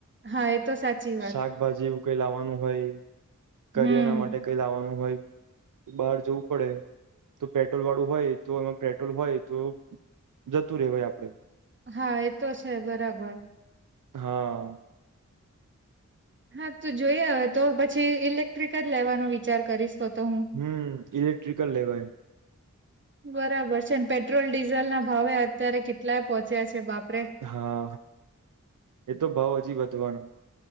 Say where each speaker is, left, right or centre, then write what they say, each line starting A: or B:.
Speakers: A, on the right; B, on the right.
A: હા એ તો સાચી વાત.
B: શાકભાજી એવું કઈ લાવાનું હોય, કરીયાણા
A: હમ
B: ના માટે કઈ લાવાનું હોય. બહાર જવું પડે. તો પેટ્રોલ વાળું હોય તો એમાં પેટ્રોલ હોય તો જતું રહેવાય આપડે.
A: હા એ તો છે બરાબર.
B: હા.
A: હા તો જોયા હવે તો પછી ઇલેક્ટ્રિક જ લેવાનો વિચાર કરીશ. તો તો હું
B: હમ ઇલેક્ટ્રિકલ લેવાય.
A: બરાબર છે પેટ્રોલ ડીઝલ ના ભાવે અત્યારે કેટલાય પોહોંચ્યા છે બાપ.
B: હા એતો ભાવ હજી વધવાનો.